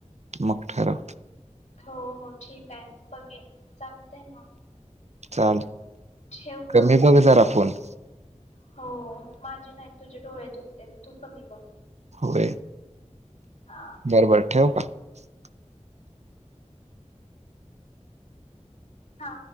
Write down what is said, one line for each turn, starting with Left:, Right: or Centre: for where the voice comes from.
Right: मग ठरव.
Left: हो हो ठीक आहे बघेन, चालतयं मग
Right: चाल
Left: ठेवू का
Right: कमी बघ जरा फोन
Left: हो माझे नाही तुझे डोळे दुखतेत तू कमी बघ
Right: व्हय
Left: हा
Right: बरबर ठेवू का. <unintelligible>
Left: हा